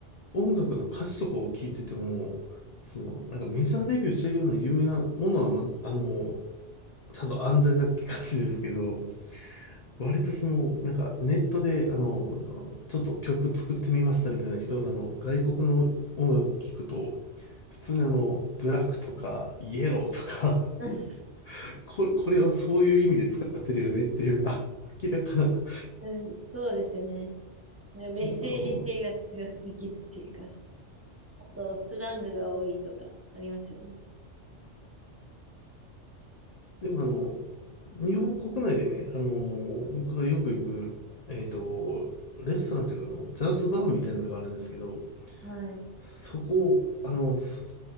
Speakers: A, on the left (about 50°); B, on the right (about 15°).
A: 音楽の歌詞とかを聞いてても、その、なんかメジャーデビューしてるような有名なものは、ま、あのちゃんと安全な歌詞ですけど、割とその、なんかネットで、あの、ちょっと曲作ってみましたみたいな人らの外国の音楽聞くと、普通にあの、ブラックとか、イエローとか、
B: <laughs>
A: <laughs> これ、これはそういう意味で使ってるよねっていう、あ、明らかな、
B: うんそうですよね。なんかメッセージ性が強すぎるっていうか、
A: あの、
B: あとスラングが多いとかありますよね。
A: でもあの、日本国内でね、あの、僕がよく行く、えっと、レストランというか、あの、ジャズバーみたいなのがあるんですけど、
B: はい。
A: そこ、あの、す